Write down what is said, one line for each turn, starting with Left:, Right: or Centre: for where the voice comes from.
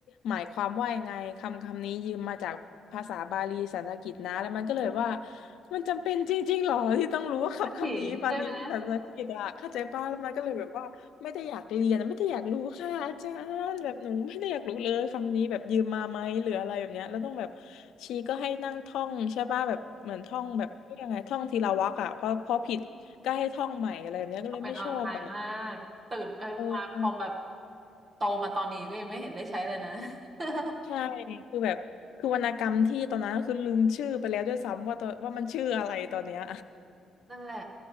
Left: หมายความว่ายังไงคำคำนี้ยืมมาจากภาษาบาลีสันสกฤตนะแล้วมันก็เลยว่า มันจำเป็นจริงๆหรอที่ต้องรู้ว่าคำคำนี้มาลีภาษาอังกฤษอะเข้าใจป้าแล้วมันก็เลยแบบว่าไม่ได้อยากเรียนไม่ได้อยากรู้ค่ะอาจารย์แบบหนูไม่ได้อยากรู้เลยคำนี้แบบยืมมาไหมหรืออะไรแบบเนี้ยแล้วต้องแบบ
Right: ก็สิใช่ไหม
Left: ชีก็ให้นั่งท่องใช่ป่ะแบบเหมือนท่องแบบยังไงท่องทีละวรรคอะพอพอผิดก็ให้ท่องใหม่อะไรแบบเนี้ยก็เลยไม่ชอบอะ
Right: เป็นเอาตายมากตื่นเออมาพอแบบ
Left: เออ
Right: โตมาตอนนี้ก็ยังไม่เห็นได้ใช้เลยนะ
Left: ใช่
Right: <laughs>
Left: คือแบบคือวรรณกรรมที่ตอนนั้นก็คือลืมชื่อไปแล้วด้วยซ้ำว่าตอนว่ามันชื่ออะไรตอนเนี้ย
Right: นั่นแหละ